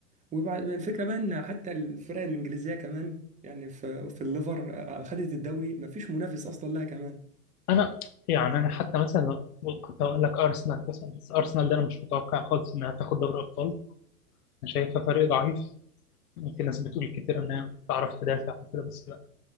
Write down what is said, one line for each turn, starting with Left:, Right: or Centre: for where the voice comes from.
Right: وبعد الفكره بقى ان حتى الفرق الانجليزيه كمان يعني في في الليفر آه، خدت الدوري مفيش منافس اصلا لها كمان
Left: أنا يعني أنا حتى مثلا لو- كنت أقول لك أرسنال مثلا بس أرسنال ده أنا مش متوقع خالص إنها تاخد دوري أبطال أنا شايفها فريق ضعيف في ناس بتقول كتير إنها بتعرف تدافع وكده بس لا